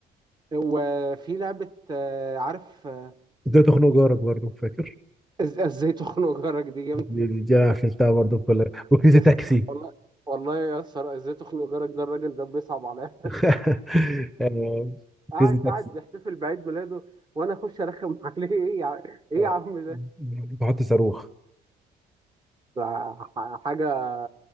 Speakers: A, on the right; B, in the centre.
A: وفي لعبه آه عارف آه،
B: ازاي تخنق جارك برضه فاكر
A: إز- ازاي تخنق جارك دي جامده
B: دي
A: فشخ.
B: دي- دي أنا قفلتها برضه كلها وكريزي
A: يس-
B: تاكسي
A: والله والله يا اسطى ازاي تخنق جارك ده الراجل ده بيصعب عليا
B: <laughs>
A: فشخ
B: آه،
A: قاعد
B: كريزي تاكسي
A: قاعد بيحتفل بعيد ميلاده وانا اخش ارخم <laughs> عليه ايه يا ع- ايه
B: آه،
A: يا عم
B: <laughs>
A: ده
B: بحط صاروخ
A: ده ح- حاجه